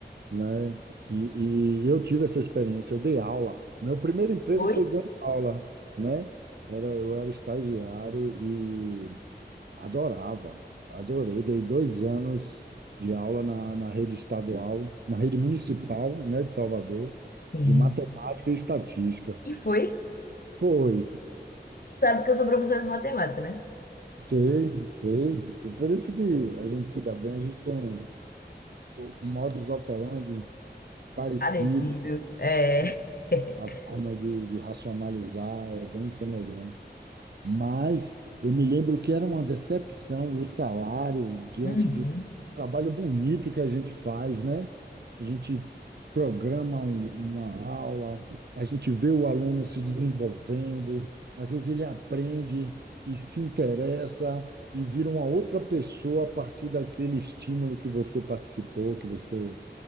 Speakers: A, on the right; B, on the left.
A: né? E, e eu tive essa experiência, eu dei aula. Meu primeiro emprego
B: Foi?
A: foi dando aula, né? Era, eu era estagiário e adorava, adorei. Dei dois anos de aula na, na rede estadual, na rede municipal, né, de Salvador,
B: Sim.
A: de matemática e estatística.
B: E foi?
A: Foi,
B: Sabe que eu sou professora de matemática, né?
A: sei, sei. E Por isso que a gente se dá bem, a gente tem um, um modus operandi parecido,
B: Parecido. É. <laughs>
A: A forma de, de racionalizar é bem semelhante. Mas eu me lembro que era uma decepção o salário diante
B: Uhum.
A: de todo o trabalho bonito que a gente faz, né? A gente programa um- uma aula, a gente vê o aluno se desenvolvendo, às vezes ele aprende e se interessa e vira uma outra pessoa a partir daquele estímulo que você participou, que você